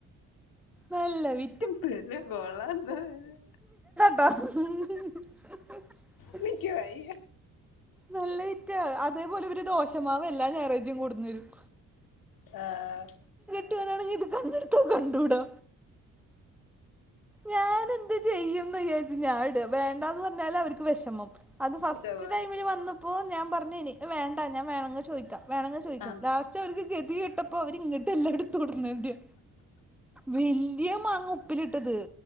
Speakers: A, in the centre; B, on the left.
A: നല്ല വി
B: പിന്നെ മോൾ എന്താ ചെയ്യുന്നേ
A: <inaudible>
B: എനിക്ക്‌ വയ്യ
A: നല്ല വിറ്റാ അതേപോലെ ഇവര് ദോശ മാവ് എല്ലാം ഞായറാഴ്ചയും കൊണ്ടന്ന് തരും
B: ആ
A: കെട്ടിയോനാണെങ്കിൽ ഇത് കണ്ണെടുത്താൽ കണ്ടുകൂടാ ഞാൻ എന്ത് ചെയ്യുംന്ന് വിചാരിച്ച് ഞാൻഇടുക വേണ്ടാന്ന് പറഞ്ഞാല് അവർക്ക് വിഷമം അത് ഫസ്റ്റ്
B: ആഹ്
A: ടൈം ഇപ്പോ ഞാൻ പറഞ്ഞ് ഇനി വേണ്ട ഞാൻ വേണമെങ്കിൽ ചോദിക്കാം വേണമങ്കിൽ ചോദിക്കാം
B: ആഹ്
A: ലാസ്റ്റ് അവർക്ക് ഗതികെട്ടപ്പോ ഇപ്പോ അവരിങ്ങട്ട് എല്ലാംഎടുത്തു കൊണ്ട് വന്ന് തരികയാ വല്യ മാങ്ങ ഉപ്പിലിട്ടത്